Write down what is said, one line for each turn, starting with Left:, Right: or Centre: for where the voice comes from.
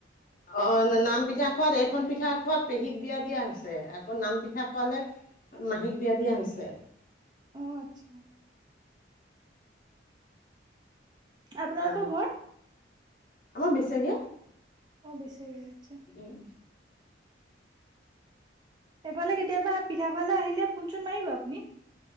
Left: অ, নাম পিঠা- খোৱাত এইখন পিঠা খোৱাত পেহীক বিয়া দিয়া হৈছে আকৌ নাম পিঠা খোৱালে - মাহীক বিয়া দিয়া হৈছে।
Right: অ আচ্ছা। আপোনালোকৰ
Left: অ,
Right: ঘৰ?
Left: আমাৰ বেচেৰীয়া।
Right: অ বেচেৰীয়া আচ্ছা।
Left: উম,
Right: এফালে কেতিয়াবা পিঠা খোৱালে আহিলে ফোনচোন মাৰিব আপুনি।